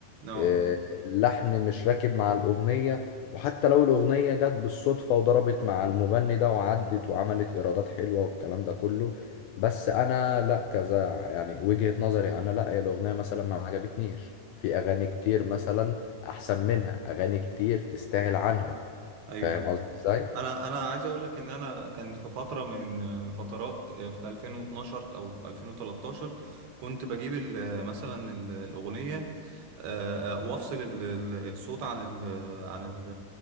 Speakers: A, on the right; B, on the left.
A: اه
B: آه، اللحن مش راكب مع الأغنية وحتى لو الأغنية جت بالصدفة وضربت مع المغني ده وعدت وعملت إيرادات حلوة والكلام ده كله بس أنا لأ كذا يعني وجهة نظري أنا لأ هي الأغنية مثلا ما عجبتنيش في أغاني كتير مثلا أحسن منها أغاني كتير تستاهل عنها
A: ايوه
B: فاهم قصدي إزاي؟
A: انا انا عايز اقول لك ان انا كان في فتره من من فترات في 2012 او 2013 كنت بجيب ال- مثلا ال- الاغنيه آه، وافصل ال- ال- الصوت عن ال عن ال